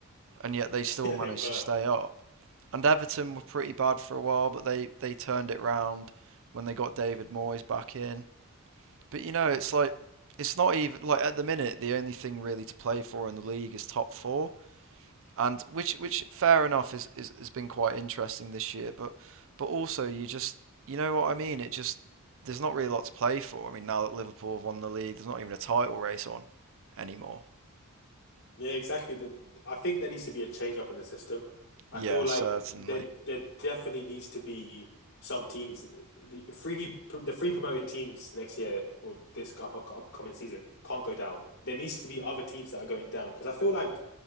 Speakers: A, on the right; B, on the left.
A: and yet they still
B: <laughs> yeah,
A: managed
B: they were.
A: to stay up. And Everton were pretty bad for a while, but they they turned it round when they got David Moyes back in. But you know, it's like it's not even like at the minute the only thing really to play for in the league is top four and which which fair enough is, is has been quite interesting this year, but but also you just you know what I mean. It just there's not really a lot to play for. I mean, now that Liverpool have won the league, there's not even a title race on anymore.
B: Yeah, exactly. The- I think there needs to be a change up in the system. I
A: Yeah,
B: feel like
A: certainly.
B: there there definitely needs to be some teams the free the free promoted teams next year or this up, upcoming season can't go down. There needs to be other teams that are going down because I feel like